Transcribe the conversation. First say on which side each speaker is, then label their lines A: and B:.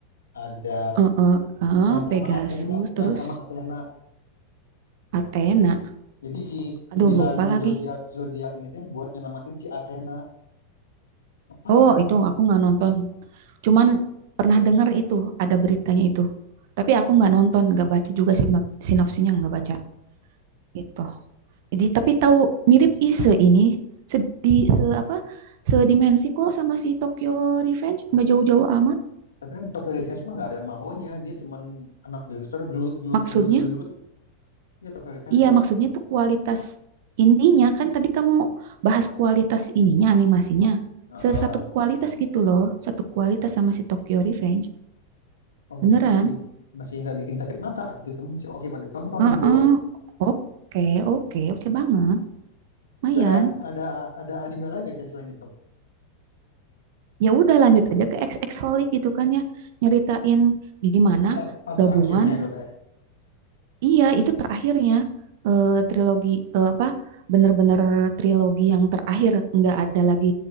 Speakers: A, on the left; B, on the right.
A: ada
B: Eh, eh, eh,
A: yang sama
B: Pegasus,
A: Athena
B: terus
A: yang sama Athena
B: Athena.
A: Jadi si
B: Aduh,
A: sembilan
B: lupa lagi.
A: zodiak zodiak ini teh buat nyelamatin si Athena. Apa
B: Oh,
A: ya namanya
B: itu aku
A: tuh?
B: nggak nonton. Cuman pernah dengar itu, ada beritanya itu. Tapi aku
A: Di,
B: nggak nonton, nggak baca juga sinop- sinopsinya, nggak baca. Gitu. Jadi, tapi tahu mirip Ise ini, sedi, se apa, sedimensi kok sama si Tokyo Revenge, nggak jauh-jauh amat.
A: tapi kan Tokyo Revenge mah nggak ada mahonya, dia cuman anak gangster gelut gelut
B: Maksudnya,
A: gelut gelut. Ya Tokyo Revenge
B: Iya,
A: tuh,
B: maksudnya
A: eh,
B: tuh kualitas ininya kan tadi kamu bahas kualitas ininya animasinya.
A: eh, eh,
B: Sesatu kualitas gitu loh, satu kualitas sama si Tokyo Revenge.
A: oh berarti
B: Beneran?
A: masih masih nggak bikin sakit mata atau gitu masih oke buat ditonton
B: Heeh.
A: gitu.
B: Oke, oke, oke banget.
A: Terus
B: Mayan.
A: ada ada ada anime lain nggak Teh, selain itu?
B: Ya udah lanjut aja ke XX Holic gitu kan ya. Nyeritain gimana
A: Itu part, part
B: gabungan
A: terakhirnya itu teh.
B: Iya, itu terakhirnya eh, trilogi eh, apa bener-bener trilogi yang terakhir nggak ada lagi